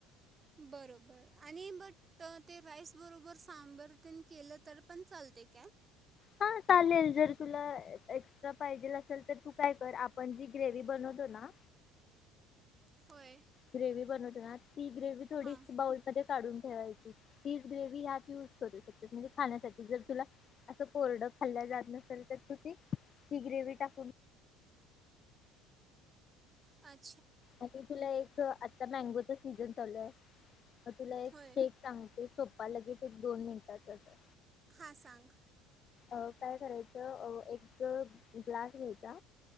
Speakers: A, on the right; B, on the left.
A: बरोबर आणि बट ते राईस बरोबर सांबर केलं तर पण चालते काय
B: हा चालेल जर तुला एक्स्ट्रा पाहिजेल असेल तर तू काय कर आपण जी ग्रेव बनवतो ना
A: होय
B: ग्रेवी बनवते ना ती ग्रेवी थोडी
A: हां
B: इ बाउल मध्ये काढून ठेवायची तीच ग्रेव्ही ह्यात यूज करू शकते म्हणजे खाण्यासाठी जर तुला असं कोरड खाल्ल्या जात नसेल तर तुझ ही ग्रेवी टाकून
A: अच्
B: आणि तुला एक आता मँगोचा सीझन चालूय म तुला एक
A: होय
B: केक सांगते सोपा लगेच दोन मिनिटांचच
A: हा सांग
B: काय करायचं एक ग्लास घ्यायचा.